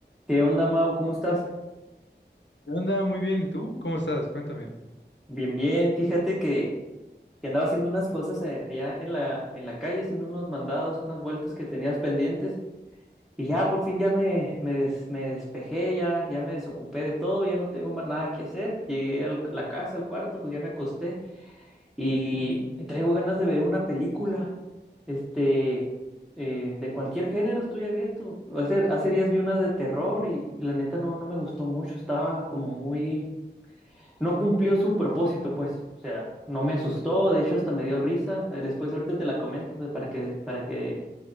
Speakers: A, in the centre; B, on the left.
A: ¿Qué onda, Mau? ¿Cómo estás?
B: ¿Qué onda? Muy bien. ¿Y tú? ¿Cómo estás? Cuéntame.
A: Bien, bien. Fíjate que, que andaba haciendo unas cosas a- allá en la, en la calle, haciendo unos mandados, unas vueltas que tenías pendientes. Y ya, por fin, ya me, me, des- me despejé, ya, ya me desocupé de todo, ya no tengo más nada que hacer. Llegué a la casa, al cuarto, pues ya me acosté. Y traigo ganas de ver una película, este, eh, de cualquier género, estoy abierto. Hace, hace días vi unas de terror y la neta no, no me gustó mucho, estaba como muy no cumplió su propósito, pues. O sea, no me asustó, de hecho hasta me dio risa. Eh, Después ahorita te la comento pues, para que, para que,